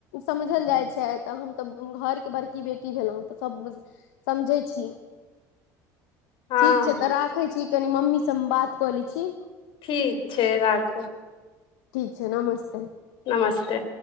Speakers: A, on the left; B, on the left.
A: समझल जाइ छै तऽ हम तऽ घरके बड़की बेटी भेलहुँ तऽ सभुझ समझै छी। <unintelligible>
B: हँ
A: ठीक छै तऽ राखै छी। कनि मम्मी से हम बात कऽ लै छी।
B: ठीक छै राखू।
A: ठीक छै नमस्ते। <unintelligible>
B: नमस्ते।